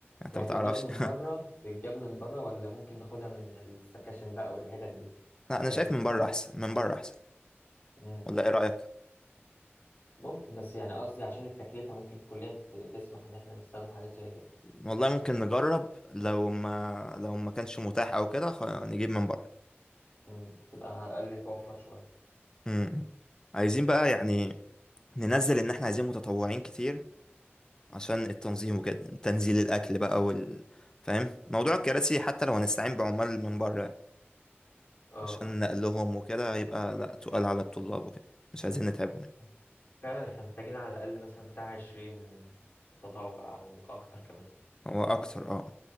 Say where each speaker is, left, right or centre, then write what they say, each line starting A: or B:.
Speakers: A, on the left; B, on the left.
A: انت
B: يعني
A: ما تعرفش
B: تتجاب من
A: <laughs>
B: بره تتجاب من بره ولا ممكن ناخدها من السكاشن بقى والحتت دي
A: لا انا
B: كراسي
A: شايف من بره احسن من بره احسن
B: مم.
A: ولا ايه رأيك
B: ممكن بس يعني قصدي عشان التكلفه ممكن الكليه ت- تسمح ان احنا نستخدم حاجات زي كده
A: والله ممكن نجرب لو ما لو ما كانش متاح او كده خ- نجيب من بره
B: مم. تبقى على الاقل توفر شويه
A: مم. عايزين بقى يعني ننزل ان احنا عايزين متطوعين كتير عشان التنظيم وكده تنزيل الاكل بقى وال فاهم موضوع الكراسي حتى لو هنستعين بعمال من بره
B: اه
A: عشان نقلهم وكده هيبقى لا تقال على الطلاب وكده مش عايزين نتعبهم يعني
B: آه. فعلا احنا محتاجين على الأقل مثلا بتاع عشرين متطوع أو أكتر كمان
A: هو اكتر اه